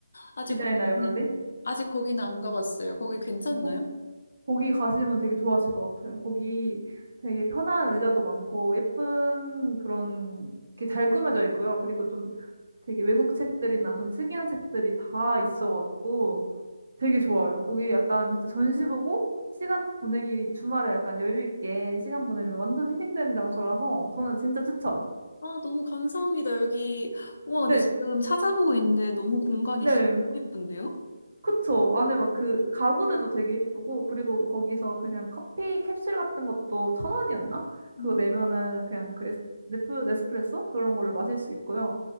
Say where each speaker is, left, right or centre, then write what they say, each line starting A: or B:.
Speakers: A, on the left; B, on the right.
A: 아직
B: 디자인
A: 거기는,
B: 라이브러리?
A: 아직 거기는 안 가봤어요. 거기 괜찮나요?
B: 거, 거기 가시면 되게 좋아하실 것 같아요. 거기 되게 편한 의자도 많고 예쁜 그런 게 잘 꾸며져 있고요. 그리고 좀 되게 외국 책들이나 좀 특이한 책들이 다 있어가지고 되게 좋아요. 거기 약간 진짜 전시 보고 시간 보내기 주말에 약간 여유 있게 시간 보내면 완전 힐링되는 장소라서 저는 진짜 추천.
A: 아, 너무 감사합니다. 여기, 와, 근데
B: 네,
A: 지금 찾아보고 있는데 너무 공간이
B: 네.
A: 진짜 너무 예쁜데요?
B: 그쵸. 안에 막
A: 네.
B: 그 가구들도 되게 예쁘고, 그리고 거기서 그냥 커피 캡슐 같은 것도 천 원이었나? 그거
A: 음,
B: 내면은 그냥 그 에스- 네프, 네스프레소? 그런 걸로 마실 수 있고요.